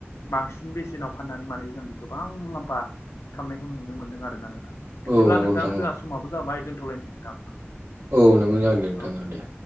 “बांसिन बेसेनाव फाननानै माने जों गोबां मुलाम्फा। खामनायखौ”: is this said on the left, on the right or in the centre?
Left